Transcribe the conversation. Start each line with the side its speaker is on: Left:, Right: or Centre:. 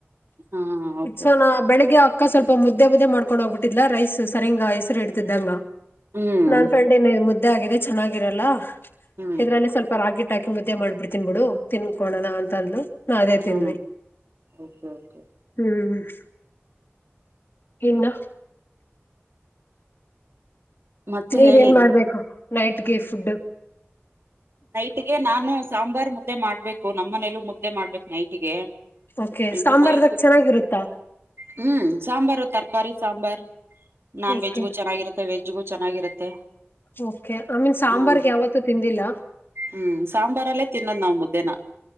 Right: ಹಾ ಓಕೆ
Left: ಸೋ ನಾ ಬೆಳಗ್ಗೆ ಅಕ್ಕ ಸ್ವಲ್ಪ ಮುದ್ದ ಮುದ್ದೆ ಮಾಡ್ಕೊಂದುಹೊಗ್ಬಿಟ್ಟಿದ್ದಿಲ್ಲ ರೈಸ್ ಸರಿಯಂಗ ಹೆಸರು ಇಡ್ತಿದ್ದಂಗ
Right: ಹ್ಮ್
Left: ನನ್ ಫ್ರೆಂಡ್ ಏನ ಮುದ್ದೆ ಆಗಿದೆ ಚೆನ್ನಾಗಿರಲ್ಲ
Right: ಹ್ಮ್
Left: ಇದ್ರಲ್ಲಿ ಸ್ವಲ್ಪ ರಾಗಿ ಹಾಕಿಂಗ್ದೆ ಮಾಡಿಬಿಡ್ತೀನ್ ಬಿಡು ತಿನ್ಕೊಳಣ ಅಂತಂದಂದು ನಾ ಅದೇ ತಿಂದ್ವಿ
Right: ಹಾ ಓಕೆ ಓಕೆ
Left: ಹ್ಮ್ <inaudible> ಇನ್ನ
Right: ಮತ್ತೆ
Left: ನೀವ
Right: ಹೇಳೇನಿ
Left: ನ್ ಮಾಡ್ಬೇಕು ನೈಟ್ಗೆ ಫುಡ್
Right: ನೈಟ್ಗೆ ನಾ ನಾನು ಸಾಂಬಾರ್ ಮುದ್ದೆ ಮಾಡ್ಬೇಕು ನಮ್ಮನೇಲ್ಲೂ ಮುದ್ದೆ ಮಾಡ್ಬೇಕು ನೈಟ್ಗೆ
Left: ಓಕೆ
Right: ಇನ್ನು
Left: ಸಾಂಬಾರ್ದಾಗ
Right: ನೈಟ್
Left: ಚೆನ್ನಾಗಿರುತ್ತಾ
Right: ಹ್ಮ್ ಸಾಂಬಾರು ತರಕಾರಿ ಸಾಂಬಾರ್ ನಾನ್
Left: ಓಕೆ
Right: ವೆಜ್ಗೂ ಚೆನ್ನಾಗಿರುತ್ತೆ ವೆಜ್ಗೂ ಚೆನ್ನಾಗಿರುತ್ತೆ
Left: ಓಕೆ ಐ ಮೀನ್ ಸಾಂಬಾರ್ಗೆ
Right: ಹ್ಮ್
Left: ಯಾವತ್ತು ತಿಂದಿಲ್ಲ
Right: ಹ್ಮ್ ಸಾಂಬಾರಲ್ಲೇ ತಿನ್ನೋದ್ ನಾವು ಅದೆನಾ